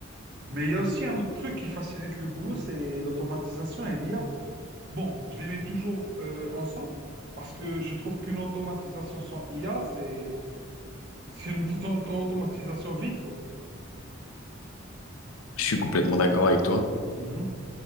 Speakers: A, on the right; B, on the left.
A: Mais il y a aussi un autre truc qui facilite le boulot, c'est l'automatisation et l'IA. Bon, je les mets toujours euh, ensemble parce que je trouve qu'une automatisation sans IA, c'est c'est une auto- auto- automatisation vide, quoi.
B: Je suis complètement d'accord avec toi.
A: Mhm.